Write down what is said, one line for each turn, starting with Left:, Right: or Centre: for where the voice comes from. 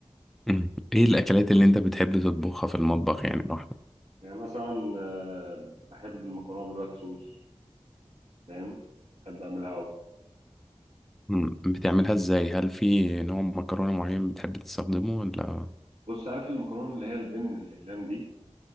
Centre: مم. ايه الاكلات اللي انت بتحب تطبخها في المطبخ يعني لوحدك
Right: يعني مثلا آه، بحب المكرونة بالوايت صوص فاهم بحب أعملها أوي
Centre: مم. بتعملها ازاي هل في نوع مكرونة معين بتحب تستخدمه ولا
Right: بص عارف المكرونة اللي هي البن الأقلام دي